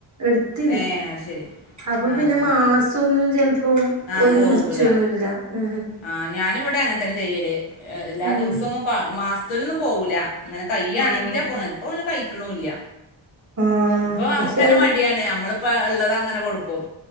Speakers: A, on the right; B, on the left.
A: എടുത്തില്ല
B: ഏഹ് അത് ശരി
A: അപ്പൊ
B: ആഹ്
A: പിന്നെ
B: ആഹ്
A: മാസൊന്നും
B: ആഹ്
A: ചെലപ്പം
B: ആഹ്
A: ഓരു
B: പോവൂല
A: കുളിച്ചൊന്നുല്ല ഉം ഉം
B: ആഹ് ഞാനും ഇവിടെ അങ്ങനെ തന്നെ ചെയ്യല് എല്ലാ
A: ഉം
B: ദിവസവും ഒന്നും മാസ് ത്ത് ലൊന്നും പോവൂല ഇങ്ങനെ കയ്യാണെങ്കില്
A: ആഹ്
B: അപൊ ഇപ്പൊ ഓന് കഴിക്കണൂല്ല
A: ആഹ്
B: ഇപ്പൊ നമുക്ക്
A: പക്ഷെ
B: തന്നെ
A: അത്
B: മടിയാണ് നമ്മളിപ്പോ ഉള്ളത് അങ്ങനെ കൊടുക്കും